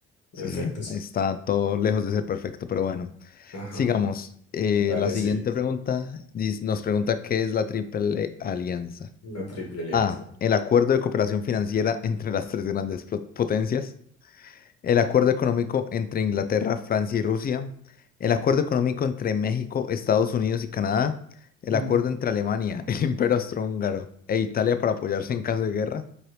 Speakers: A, on the left; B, on the left.
A: el
B: Sí,
A: efecto,
B: sí,
A: sí.
B: está todo lejos de ser perfecto, pero bueno,
A: Ajá.
B: sigamos. Eh,
A: Dale,
B: la siguiente
A: sí,
B: pregunta dis- nos pregunta ¿qué es la Triple Alianza?
A: la triple alianza.
B: A, el acuerdo de cooperación financiera entre las tres grandes pro- potencias. el acuerdo económico entre Inglaterra, Francia y Rusia, el acuerdo económico entre México, Estados Unidos y Canadá, el
A: <laughs>
B: acuerdo entre Alemania, <laughs> el Imperio Austrohúngaro e Italia para apoyarse en caso de guerra,